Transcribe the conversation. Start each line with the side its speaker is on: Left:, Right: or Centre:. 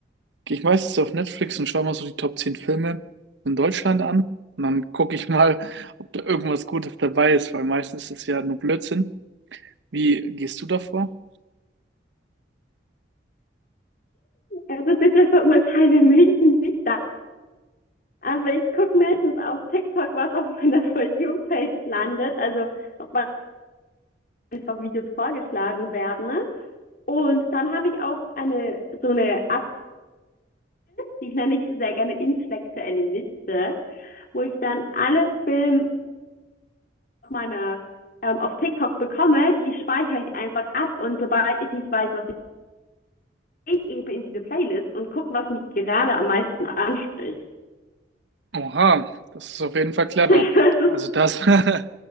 Right: gehe ich meistens auf Netflix und schaue mal so die Top 10 Filme in Deutschland an und dann gucke ich mal, <laughs> ob da irgendwas Gutes dabei ist, weil meistens ist es ja nur Blödsinn. Wie gehst du davor?
Left: Also bitte verurteile mich nicht da. Aber ich gucke meistens auf TikTok, was auf meiner For You-Page landet, also ob man einfach Videos vorgeschlagen werden. ne? Und dann habe ich auch eine so eine die nenne ich sehr gerne intellektuelle Liste, wo ich dann alle Filme auf meiner, ähm, auf TikTok bekomme, die speichere ich einfach ab und sobald ich nicht weiß, was ich ich eben in diese Playlist und gucke, was mich gerade am meisten anspricht.
Right: Oha, das ist auf jeden Fall clever.
Left: <laughs>
Right: Also das <laughs> habe